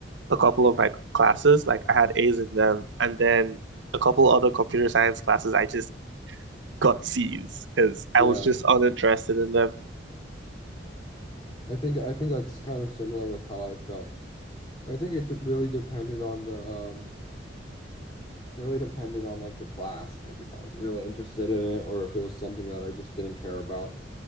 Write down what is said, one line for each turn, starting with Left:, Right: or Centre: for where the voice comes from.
Right: a couple of my classes, like I had A's in them, and then a couple other computer science classes I just got C's because I
Left: yeah.
Right: was just uninterested in them.
Left: I think I think that's kind of similar with how I felt. I think it d- really depended on the um really depended on like the class, like if I was really interested in it or if it was something that I just didn't care about